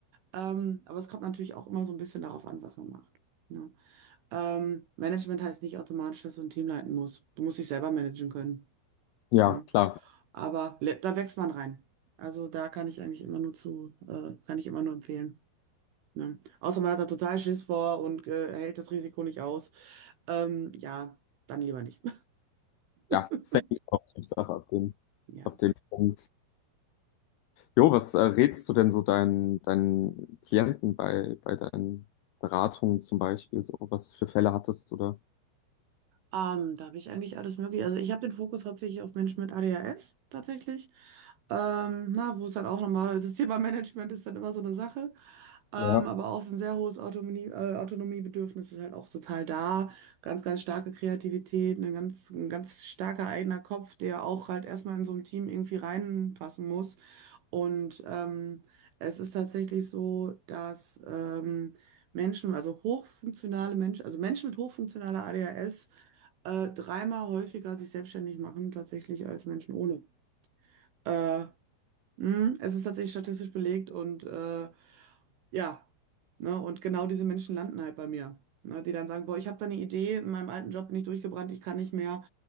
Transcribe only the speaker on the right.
Ähm, aber es kommt natürlich auch immer so ein bisschen darauf an, was man macht. Ne? Ähm, Management heißt nicht automatisch, dass du ein Team leiten musst. Du musst dich selber managen können.
Ne?
Aber le- da wächst man rein. Also da kann ich eigentlich immer nur zu, äh, kann ich immer nur empfehlen. Ne? Außer man hat da total Schiss vor und äh, hält das Risiko nicht aus. Ähm, ja, dann lieber nicht.
<laughs>
Ja.
Ähm, da habe ich eigentlich alles mögliche. Also ich habe den Fokus hauptsächlich auf Menschen mit ADHS tatsächlich. Ähm, na, wo es dann auch nochmal, das Thema Management ist dann immer so eine Sache. Ähm,
aber auch so ein sehr hohes Autonomie, äh, Autonomiebedürfnis ist halt auch total da. Ganz, ganz starke Kreativität, ein ganz, ein ganz starker eigener Kopf, der auch halt erstmal in so einem Team irgendwie reinpassen muss. Und ähm, es ist tatsächlich so, dass ähm, Menschen, also hochfunktionale Menschen, also Menschen mit hochfunktionaler ADHS, äh, dreimal häufiger sich selbstständig machen tatsächlich als Menschen ohne. Äh, mh, es ist tatsächlich statistisch belegt und äh, ja, ne, und genau diese Menschen landen halt bei mir. Ne, die dann sagen, boah, ich habe da eine Idee, in meinem alten Job bin ich durchgebrannt, ich kann nicht mehr.